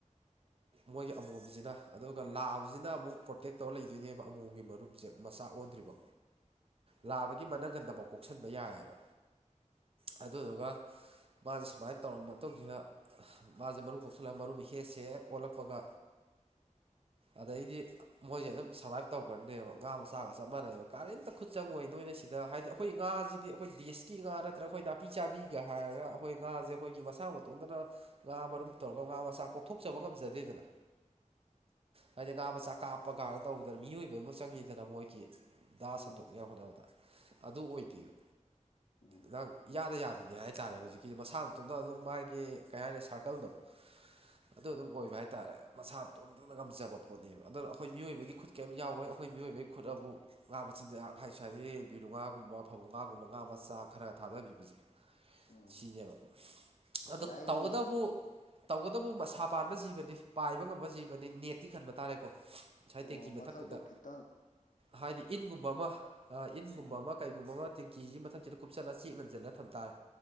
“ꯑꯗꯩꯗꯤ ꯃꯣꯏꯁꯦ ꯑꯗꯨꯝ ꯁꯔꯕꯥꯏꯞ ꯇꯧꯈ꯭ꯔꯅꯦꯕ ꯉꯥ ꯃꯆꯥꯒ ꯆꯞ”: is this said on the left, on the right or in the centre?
Right